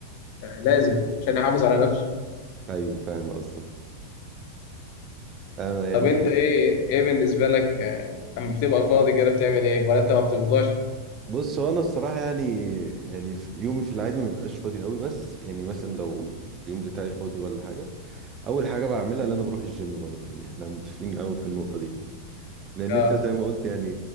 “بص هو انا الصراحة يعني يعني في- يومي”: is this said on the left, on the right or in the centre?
Right